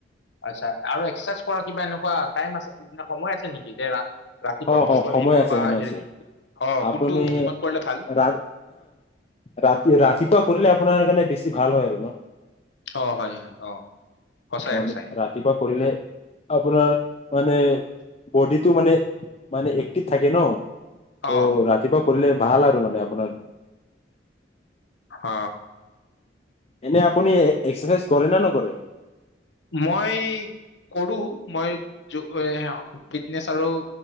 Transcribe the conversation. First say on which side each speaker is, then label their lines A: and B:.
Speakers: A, on the left; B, on the left.
A: আচ্ছা আৰু এক্সাৰচাইজ কৰা কিবা এনেকুৱা টাইম আছে মানে সময় আছে নেকি যে ৰা ৰাতিপুৱা
B: অ
A: কৰিব
B: অ সময়
A: লাগিব
B: আছে
A: বা
B: সময়
A: হেৰি
B: আছে
A: অ
B: আপুনি
A: কোনটো সময়ত কৰিলে ভাল
B: ৰা ৰাতি ৰাতিপুৱা কৰিলে আপোনাৰ মনে বেছি ভাল হয় আৰু ন
A: অ হয় হয় অ সঁচায়
B: মৰ্ণিং
A: সঁচায়
B: ৰাতিপুৱা কৰিলে আপোনাৰ মানে বডিটো মানে মানে একটিত থাকে ন ত'
A: অ
B: ৰাতিপুৱা কৰিলে ভাল আৰু মানে আপোনাৰ
A: হ
B: এনে আপুনি এক্সাৰচাইজ কৰে নে নকৰে
A: মই কৰো মই ফিটনেছ আৰু